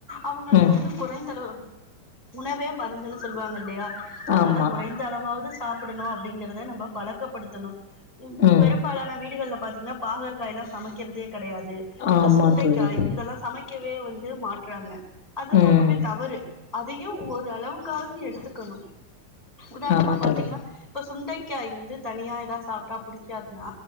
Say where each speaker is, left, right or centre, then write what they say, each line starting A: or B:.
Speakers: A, on the left; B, on the left.
A: அவங்களுக்கு
B: ம்
A: வந்து குறைந்தளவு உணவே மருந்துன்னு சொல்லுவாங்க இல்லையா அதனால
B: ஆமா
A: குறைந் சாப்படணும் அப்டிங்கறத நம்ம பழக் கபடுத்தணும்
B: ம்
A: பெரும்பாலான வீடுகள்ல பாத்தீங்கன்னா பாகற்காய் எல்லாம்சமைக்கிறதே கிடையாது இந்த
B: ஆமா
A: சுண்டைக்காய்
B: தோழி
A: இதெல்லாம்சமைக் க்கவே வந்து மா றாங்க அது
B: ம்
A: ரொம்பவே தவறு அதை யும் ஒரு அளவுக்காவது எடுத்துக்கணும் உதாரணமா
B: ஆமா
A: பாத்தீங்கன்னா
B: தோழி
A: இப்ப சுண்டைக்காய் வந்து தனியா இதா சாப்பட்டா புடிக்காதுன்னா